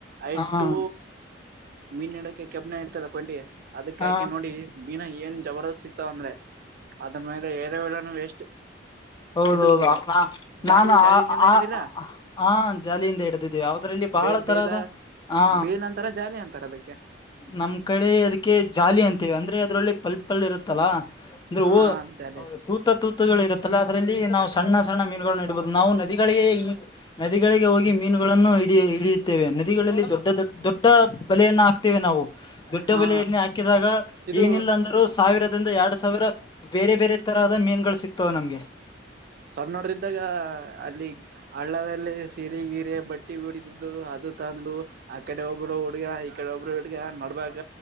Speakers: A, on the right (about 50°); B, on the left (about 25°).
A: ಐಟ್ಟು
B: ಹ
A: ಮೀನ್ ಇಡಕ ಕೆಬ್ಬಣ ಇಡ್ತದ ಕೊಂಡಿ ಅದಕ್
B: ಹ
A: ಆಕಿ ನೋಡಿ ಮೀನಾ ಏನ್ ಜಬರದಸ್ತ್ ಸಿಕ್ತಾವ ಅಂದ್ರೆ ಅದ್ರ ಮೇಲೆ ರೆ <unintelligible> ವೇಳಾನ ವೇಸ್ಟ್.
B: ಹೌದ
A: ಇದು
B: ಹೌದು, ನಾನು
A: ಜಾಲಿ ಜಾಲಿನಿಂದ
B: ಆ ಆ
A: ಹಿಡ್ದಿರಾ
B: ಹ ಜಾಲಿಯಿಂದ ಹಿಡದಿದ್ವಿ. ಅದರಲ್ಲಿ ಬಹಳ
A: ಬೇಲ್
B: ತರಹದ
A: ಬೇಲ
B: ಹಾ
A: ಬೇಲ್ ಅಂತಾರ ಜಾಲಿ ಅಂತಾರ ಅದಕ್ಕೆ
B: ನಮ್ ಕಡೆ ಅದಕ್ಕೆ ಜಾಲಿ ಅಂತೇವಿ ಅಂದ್ರೆ ಅದ್ರಲ್ಲಿ ಪಲ್ ಪಲ್ ಇರುತ್ತಲ್ಲಾ ಅಂದ್ರೆ <unintelligible>
A: ಹಾ ಜಾಲಿ
B: ತುತ್ತ ತೂತುಗಳು ಇರುತ್ತಲ್ಲ ಅದರಲ್ಲಿ ನಾವು ಸಣ್ಣ ಸಣ್ಣ ಮೀನುನ್ನ ಇಡ್ಬಹುದು ನಾವು ನದಿಗಳಿಗೆ ಈ ನದಿಗಳಿಗೆ ಹೋಗಿ ಮೀನುಗಳನ್ನು ಹಿ ಇಡಿಯ ಇಡಿಯುತ್ತೇವೆ ನದಿಗಳಲ್ಲಿ ದೊಡ್ಡ ದೊಡ್ ದೊಡ್ಡ ಬಲೆಯನ್ನ ಹಾಕ್ತೇವೆ ನಾವು. ದೊಡ್ಡ
A: ಹಾ
B: ಬಲೆಯಲ್ಲಿ ಹಾಕಿದಾಗ
A: ಇದು
B: ಏನಿಲ್ಲಾಂದರೂ ಸಾವಿರದಿಂದ ಎರಡ್ ಸಾವಿರ ಬೇರೆ ಬೇರೆ ತರಹದ ಮೀನ್ಗಳು ಸಿಕ್ತಾವೆನಮ್ಗೆ.
A: ಸಣ್ಣವ್ರು ಇದ್ದಾಗ ಅಲ್ಲಿ. ಹಳ್ಳದಲ್ಲಿ ಸಿರೆ ಗಿರೆ ಬಟ್ಟಿ ಬಿಡಿದಿದ್ದು ಅದು. ತಂದು ಆ ಕಡೆ ಒಬ್ಬರು ಹುಡ್ಗ ಈ ಕಡೆ ಒಬ್ರು ಹಿಡ್ಗ ನೋಡಬಾಗ.